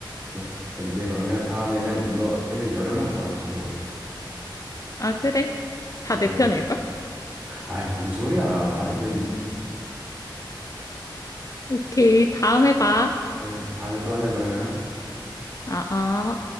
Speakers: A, on the right; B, on the left.
A: 예. 근데 그러면 다음에는 이거 애들 여러 명 모아서 좀 해보자.
B: 아, 그래. 다
A: 오케이,
B: 내
A: 그럼.
B: 편일걸?
A: 아, 무슨 소리야. 다 내 편이지.
B: 오케이. 다음에 봐.
A: 오케이. 다음에 또 하자, 그러면.
B: 아, 아.